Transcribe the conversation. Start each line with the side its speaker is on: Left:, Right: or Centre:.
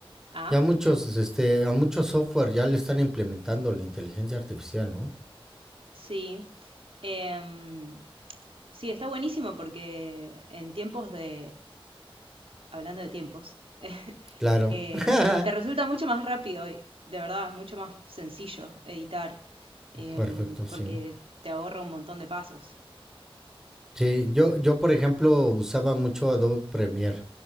Right: Ah,
Centre: ya muchos, este, a muchos software ya le están implementando la inteligencia artificial, ¿no?
Right: sí. Em, sí, está buenísimo porque en tiempos de, hablando de tiempos, <laughs>
Centre: Claro.
Right: eh,
Centre: <laughs>
Right: te resulta mucho más rápido y de verdad mucho más sencillo editar em,
Centre: Perfecto,
Right: porque
Centre: sí.
Right: te ahorra un montón de pasos.
Centre: Sí, yo, yo por ejemplo usaba mucho Adobe Premiere.